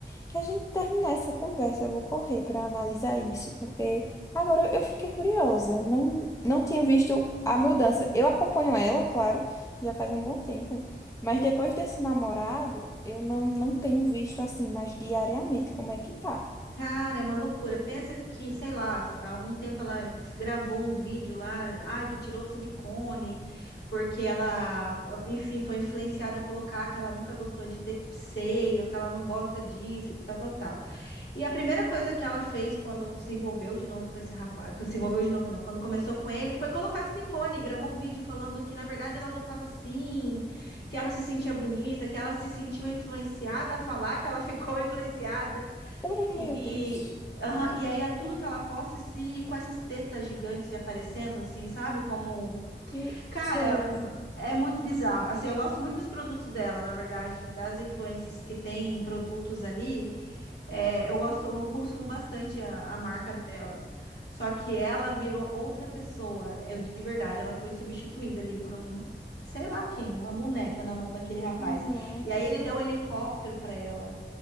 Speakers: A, on the left; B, on the left.
A: que a gente terminar essa conversa, eu vou correr para analisar isso, porque agora eu fiquei curiosa. Não, não tinha visto a mudança. Eu acompanho ela, claro, já faz um bom tempo. Mas depois desse namorado, eu não, não tenho visto assim mais diariamente como é que tá.
B: Cara, é uma loucura. Pensa que, sei lá, há algum tempo ela gravou um vídeo lá, ai, que tirou silicone, porque ela, enfim, foi influenciada a colocar que ela nunca gostou de ter seio, que ela não gosta disso e tal, tal, tal. E a primeira coisa que ela fez quando se envolveu de novo com esse rapaz, que se envolveu de novo não, quando começou com ele, foi colocar silicone, e gravou um vídeo falando que na verdade ela gostava sim, que ela se sentia bonita, que ela se sentiu influenciada a falar que ela <laughs> ficou influenciada
A: Oh,
B: e
A: meu Deus.
B: e, aham, e aí a tudo que ela posta se com essas tetas gigantes e aparecendo assim, sabe? Como
A: Eu
B: cara,
A: sei.
B: é muito bizarro. Assim, eu gosto muito dos produtos dela, na verdade, das influências que tem em produtos ali. É, eu gosto, eu consumo bastante a, a marca dela. Só que ela virou outra pessoa. Eu de verdade, ela foi substituída ali por um, sei lá quem, uma boneca na mão daquele rapaz.
A: Nossa.
B: E aí ele deu um helicóptero pra ela.